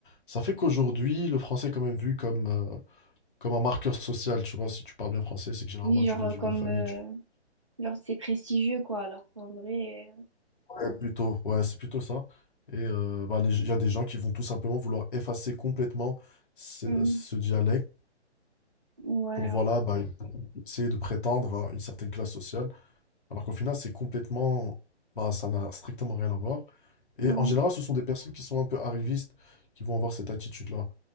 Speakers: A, on the left (about 45°); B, on the right (about 30°).
A: ça fait qu'aujourd'hui le français est quand même vu comme euh, comme un marqueur social. Tu vois, si tu parles bien français, c'est que généralement
B: Oui,
A: tu
B: genre,
A: viens
B: euh,
A: d'une
B: comme,
A: bonne famille.
B: euh,
A: tu-
B: genre, c'est prestigieux, quoi, alors qu'en vrai.
A: Ouais, plutôt, ouais, c'est plutôt ça. Et euh, bah, les- il y a des gens qui vont tout simplement vouloir effacer complètement ce,
B: euh, Mm.
A: ce dialecte
B: Ouais,
A: pour voilà, bah, essayer de prétendre à une certaine classe sociale, alors qu'au final, c'est complètement, bah, ça n'a strictement rien à voir. Et
B: Oui,
A: en général, ce sont des personnes qui sont un peu arrivistes qui vont avoir cette attitude-là.